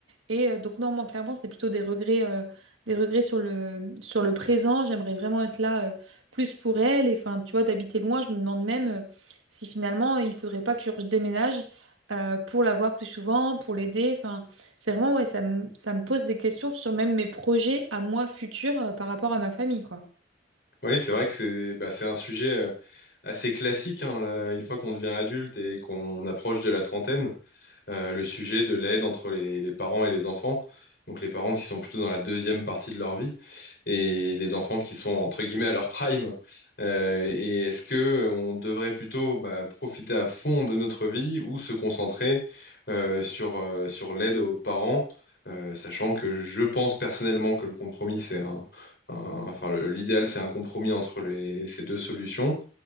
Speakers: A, on the right; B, on the left.
A: Et euh, donc non, moi clairement, c'est plutôt des regrets, euh, des regrets sur le, sur le présent. J'aimerais vraiment être là euh, plus pour elle. Et enfin, tu vois, d'habiter loin, je me demande même euh, si finalement il faudrait pas que je déménage euh, pour la voir plus souvent, pour l'aider. Enfin, c'est vraiment ouais, ça me, ça me pose des questions sur même mes projets à moi futurs euh, par rapport à ma famille, quoi.
B: Oui, c'est vrai que c'est bah, c'est un sujet euh, assez classique. hein, là. une fois qu'on devient adulte et qu'on approche de la trentaine, euh, le sujet de l'aide entre les, les parents et les enfants, donc les parents qui sont plutôt dans la deuxième partie de leur vie. et les enfants qui sont entre guillemets à leur prime. Euh, et est-ce que euh, on devrait plutôt bah, profiter à fond de notre vie ou se concentrer euh, sur, euh, sur l'aide aux parents, euh, sachant que je pense personnellement que le compromis, c'est un, un- enfin le- l'idéal, c'est un compromis entre les, ces deux solutions.